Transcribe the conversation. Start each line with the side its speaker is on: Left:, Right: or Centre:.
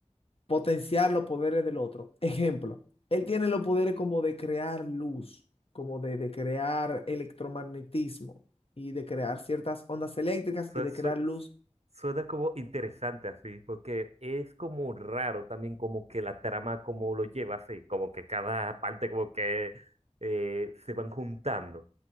Left: potenciar los poderes del otro. Ejemplo, él tiene los poderes como de crear luz, como de, de crear electromagnetismo y de crear ciertas ondas eléctricas
Right: Su-
Left: y de
Right: su-
Left: crear luz.
Right: Suena como interesante así, porque es como raro también como que la trama como lo lleva así, como que cada parte como que eh, se van juntando.